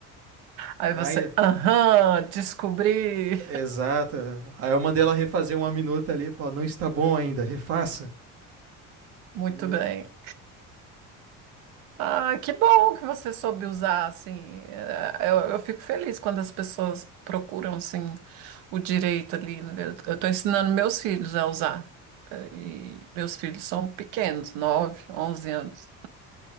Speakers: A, on the right; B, on the right.
A: Aí você,
B: Ainda.
A: aham, descobri.
B: Exata. Aí eu mandei ela refazer uma minuta ali, falar, não está bom ainda, refaça.
A: Muito
B: E vai.
A: bem. Ah, que bom que você soube usar, assim. É, Eu, eu fico feliz quando as pessoas procuram, assim, o direito ali. né? Eu estou ensinando meus filhos a usar. É, E meus filhos são pequenos, nove, onze anos.